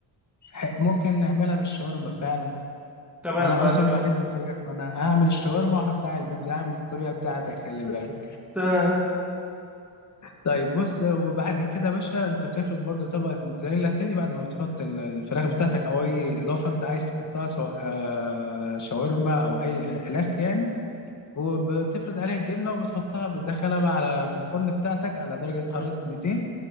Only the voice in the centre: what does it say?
تمام
بعد
كده
تمام